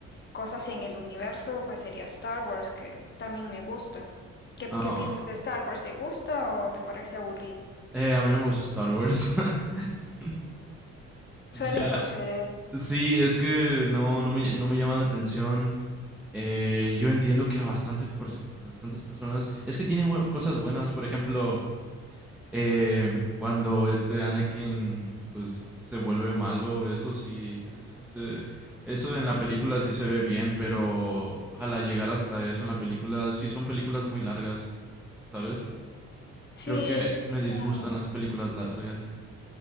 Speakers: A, on the left; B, in the centre.
A: cosas en el universo, pues sería Star Wars, que también me gusta. ¿Qué,
B: Ah,
A: qué
B: ah,
A: piensas de Star Wars? ¿Te gusta o te parece aburrida?
B: eh, a mí no me gusta Star Wars. <laughs>
A: <laughs> Suele
B: Ya,
A: suceder.
B: Sí, es que no, no me, no me llama la atención. Eh, yo entiendo que a bastante, pers- bastantes personas. Es que tiene bu- cosas buenas. Por ejemplo, eh, cuando este Anakin pues se vuelve malo. Eso sí. Eso sí se. Eso en la película sí se ve bien. Pero ojalá llegar hasta eso en la película. Sí, son películas muy largas. ¿Sabes?
A: Sí,
B: Creo que me
A: son.
B: disgustan las películas largas.